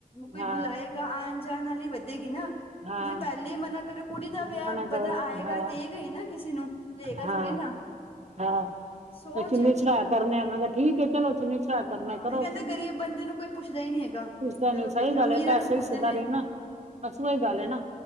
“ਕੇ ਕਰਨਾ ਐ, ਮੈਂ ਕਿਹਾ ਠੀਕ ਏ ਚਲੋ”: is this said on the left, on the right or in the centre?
Right